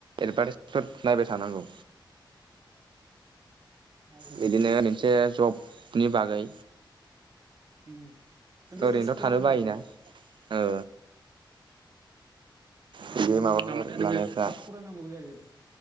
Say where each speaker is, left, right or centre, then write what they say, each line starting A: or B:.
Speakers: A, on the right; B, on the right.
A: एडभार्टाइसफोर नायबाय थानांगौ
B: नायो
A: बिदिनो मोनसे जब नि बागै
B: उम खिन्थु
A: ओरैनोथ'
B: जा स्किल
A: थानो
B: नांथारगौ
A: बायोना ओ
B: थारमाने
A: बिदि माबाफोर
B: नोङो एक्स्रा
A: लानायफ्रा
B: एक्सट्रा फरायनांगौबो जायो आरो